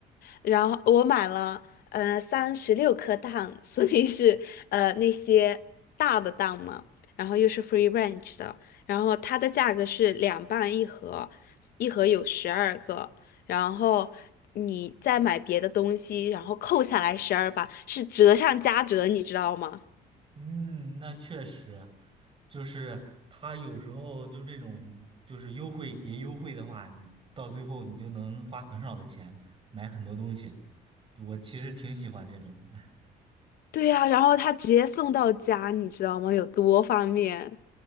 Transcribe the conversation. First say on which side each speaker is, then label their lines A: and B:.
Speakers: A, on the left; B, on the right.
A: 然后我买了呃三十六颗蛋，所以是呃那些大的蛋嘛，然后又是 free range 的，然后它的价格是两半一盒，一盒有十二个，然后。你再买别的东西，然后扣下来十二磅，是折上加折，你知道吗？
B: 嗯，那确实，就是他有时候就这种就是优惠叠优惠的话，你到最后你就能花很少的钱买很多东西。我其实挺喜欢这种的。<laughs>
A: 对呀、然后他直接送到家，你知道吗？有多方便？